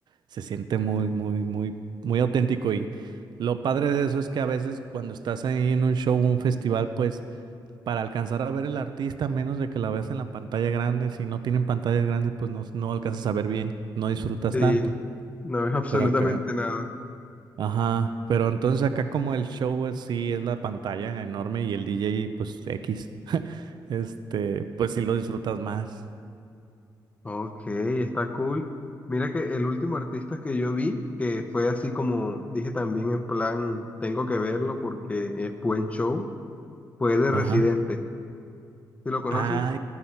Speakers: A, on the right; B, on the left.
A: se siente muy, muy, muy, muy auténtico. Y lo padre de eso es que a veces cuando estás ahí en un show, un festival, pues para alcanzar a ver el artista, a menos de que la veas en la pantalla grande, si no tienen pantallas grandes, pues no, no alcanzas a ver bien, no disfrutas
B: Sí,
A: tanto.
B: no ves absolutamente
A: Pero acá,
B: nada.
A: ajá, pero entonces acá como el show, pues sí, es la pantalla enorme y el DJ, pues X. Este, pues sí lo disfrutas más.
B: Ok, está cool. Mira que el último artista que yo vi, que fue así como dije también en plan, tengo que verlo porque es buen show, fue de Residente.
A: Ajá.
B: ¿Sí lo conoces?
A: Ay,